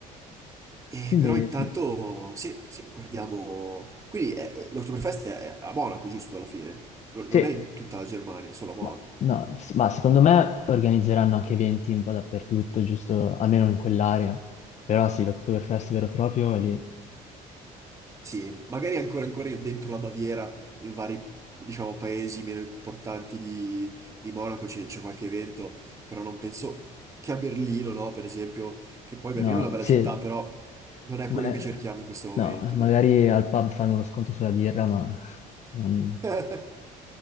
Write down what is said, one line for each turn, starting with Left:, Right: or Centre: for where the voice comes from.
Right: Eh,
Left: Quindi
Right: però intanto,
Left: sì.
Right: sì, sì, guardiamo... Quindi eh, l'Oktoberfest è a Monaco, giusto, alla fine? Non non
Left: Sì.
Right: è in tutta la Germania, solo a Monaco.
Left: Ma, no, s- ma secondo me organizzeranno anche eventi un po' dappertutto, giusto, almeno in quell'area. Però sì, l'Oktoberfest vero e proprio è lì.
Right: Sì, magari ancora, ancora dentro la Baviera, in vari, diciamo, paesi meno importanti di, di Monaco c'è c'è qualche evento, però non penso che a Berlino, no, per esempio, che poi
Left: No,
Right: Berlino è una bella
Left: sì,
Right: città, però non è
Left: ma-
Right: quello che cerchiamo in questo momento,
Left: no,
Right: direi.
Left: magari al pub fanno uno sconto sulla birra, ma non...
Right: <laughs>